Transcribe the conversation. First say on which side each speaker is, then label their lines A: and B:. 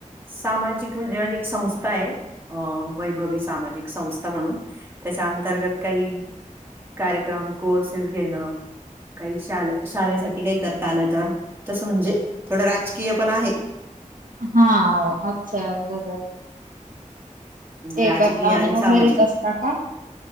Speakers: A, on the right (about 15°); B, on the right (about 80°).
A: सामाजिक म्हणजे माझी एक संस्था आहे. अ वैभवी सामाजिक संस्था म्हणून, त्याच्या अंतर्गत काही कार्यक्रम, कोर्सेस घेणं. काही शाल शाळेसाठी काही करता आलं तर तसं म्हणजे थोडं राजकीय पण आहे.
B: हा अच्छा निघाल,
A: राजकीय
B: करता
A: आणि सामाजिक,
B: मग घरीच असता का?